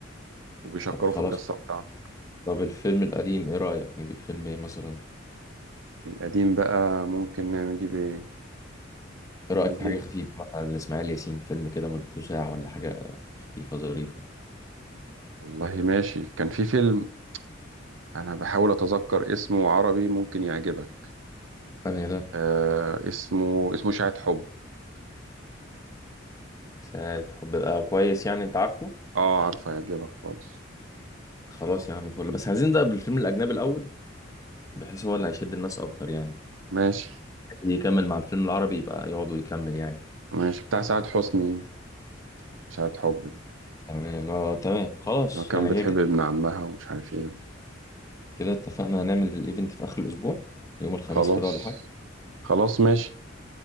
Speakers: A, on the right; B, on the left.
A: وبيشكروا
B: طب خلاص
A: في القصه بتاعته
B: طب الفيلم القديم ايه رأيك نجيب فيلم ايه مثلا
A: القديم بقى ممكن نجيب ايه
B: ايه رأيك
A: نجيب
B: في حاجة خفيفة مثلا لإسماعيل ياسين فيلم كده مدته ساعة ولا حاجة خفيفة ظريفة
A: والله ماشي كان في فيلم انا بحاول اتذكر اسمه عربي ممكن يعجبك
B: انا ده
A: آه اسمه اسمه شاهد حب
B: ساعة حب آه كويس يعني انت عارفه
A: اه عارفه يعجبك خالص
B: خلاص يا عم فل بس عايزين نبدأ بالفيلم الأجنبي الأول بحيث هو اللي هيشد الناس أكتر يعني
A: ماشي
B: اللي يكمل مع الفيلم العربي يبقى يقعدوا يكمل يعني
A: ماشي بتاع سعاد حسني شاهد حب ده
B: تمام اه تمام خلاص
A: لما كان
B: يعني
A: بتحب
B: كده كده
A: ابن عمها ومش عارف ايه
B: كده اتفقنا هنعمل الإيفنت في آخر الأسبوع يوم الخميس
A: خلاص
B: كده ولا حاجة
A: خلاص ماشي